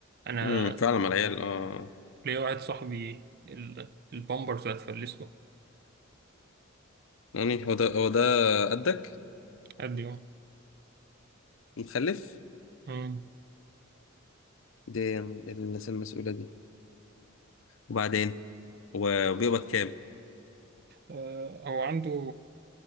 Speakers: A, on the right (about 50°); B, on the left (about 70°).
A: أنا
B: امم فعلا مع العيال اه
A: ليا واحد صاحبي ال- البامبرز هتفلسه
B: يعني هو ده هو ده قدك
A: قد يوم
B: مخلف
A: مم.
B: دي الناس المسؤوله دي وبعدين و- وبيقبض كام؟
A: آه، هو عنده